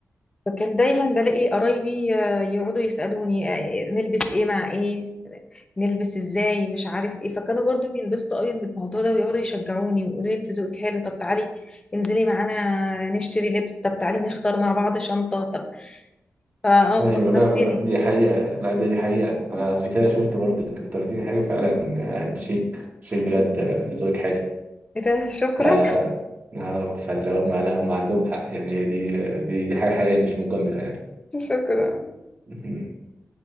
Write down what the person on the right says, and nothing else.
ايوه
لا لا دي حقيقة لا دي, دي حقيقة انا قبل كده شفت برضه انت كنت قلت لي حاجة فعلا آه، انت شيك شيك بجد آه، ذوقك حلو
ف آه، فاللي هم لا هم عندهم حق يعني دي دي دي حاجة حقيقية مش مجاملة يعني
<laughs>